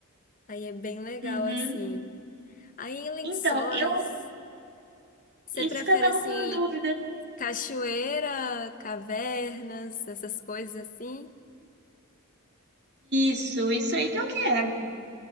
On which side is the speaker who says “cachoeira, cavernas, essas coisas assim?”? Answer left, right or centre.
Left